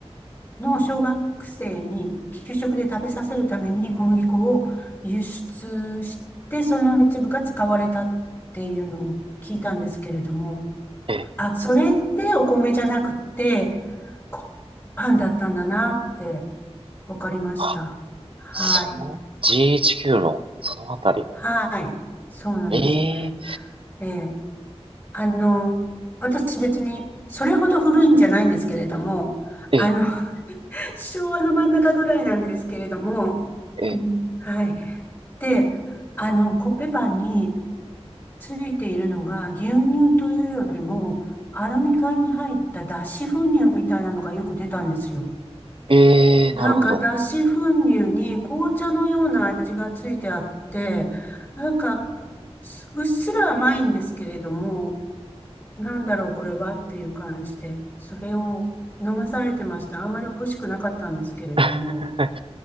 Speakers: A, on the left (about 20°); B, on the right (about 55°).
A: の小学生に給食で食べさせるために小麦粉を輸出して、その一部が使われたっていうのを聞いたんですけれども、
B: ええ。
A: あ、それでお米じゃなくて、こパンだったんだなってわかりました。
B: あ、
A: はい。
B: そう、GHQ の、そのあたりの、
A: はい。そうなんですね。
B: ええ、
A: ええ。あの、私別にそれほど古いんじゃないんですけれども、
B: ええ、
A: あの、昭和の真ん中ぐらいなんですけれども、
B: え
A: うんはい。で、あの、コッペパンについているのが、牛乳というよりも、アルミ缶に入った脱脂粉乳みたいなのがよく出たんですよ。
B: え、ええなるほど。
A: なんか脱脂粉乳に紅茶のような味がついてあって、なんか、すうっすら甘いんですけれども、なんだろうこれはっていう感じで、それを飲まされてました。あんまり美味しくなかったんですけれども、
B: <laughs>